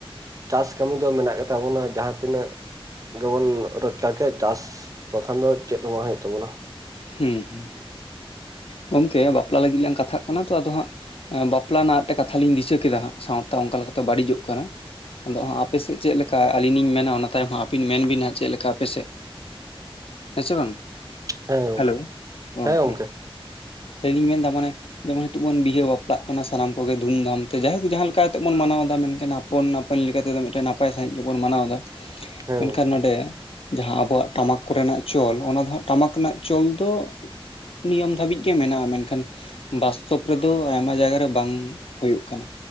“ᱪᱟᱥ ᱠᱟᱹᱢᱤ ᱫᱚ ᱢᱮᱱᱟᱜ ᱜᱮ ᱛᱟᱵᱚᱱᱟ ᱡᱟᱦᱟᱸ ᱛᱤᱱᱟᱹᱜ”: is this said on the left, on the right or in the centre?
Right